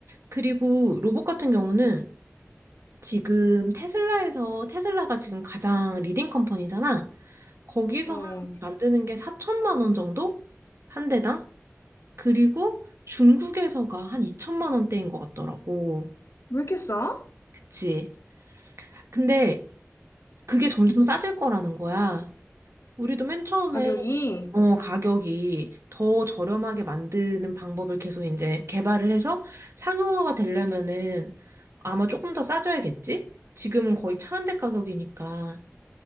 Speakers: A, on the right (about 60°); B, on the left (about 60°).
A: 그리고 로봇 같은 경우는 지금 테슬라에서 테슬라가 지금 가장 리딩 컴퍼니잖아. 거기서
B: 왜
A: 한, 만드는 게 4천만 원 정도 한 대당. 그리고 중국에서가 한 2천만 원대인 것 같더라고.
B: 이렇게 싸?
A: 그치? 근데 그게 점점 싸질 거라는 거야. 우리도 맨 처음에
B: 가격이?
A: 어, 가격이 더 저렴하게 만드는 방법을 계속 이제 개발을 해서 상용화가 되려면은 아마 조금 더 싸져야겠지? 지금은 거의 차한대 가격이니까.